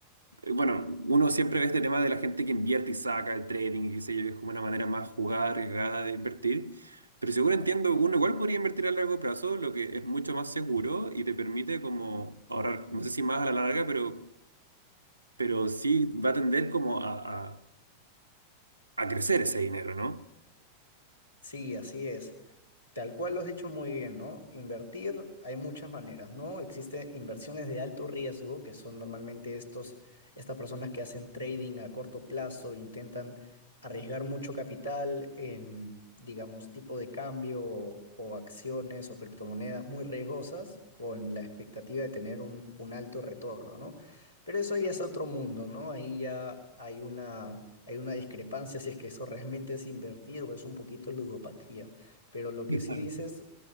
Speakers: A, on the right; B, on the left.
A: eh, bueno, uno siempre ve este tema de la gente que invierte y saca el trading y qué sé yo, es como una manera más jugada, arriesgada de invertir. Pero seguro entiendo, uno igual podría invertir a largo plazo, lo que es mucho más seguro y te permite como ahorrar, no sé si más a la larga, pero pero sí va a tender como a, a- a crecer ese dinero, ¿no?
B: Sí, así es. Tal cual lo has dicho muy bien, ¿no? Invertir hay muchas maneras, ¿no? Existen inversiones de alto riesgo, que son normalmente estos, estas personas que hacen trading a corto plazo, intentan arriesgar mucho capital en, digamos, tipo de cambio o, o acciones o criptomonedas muy riesgosas con la expectativa de tener un, un alto retorno, ¿no? Pero eso ya es otro mundo, ¿no? Ahí ya hay una, hay una discrepancia si es que eso realmente es invertir o es un poquito ludopatía. Pero lo
A: Claro.
B: que sí dices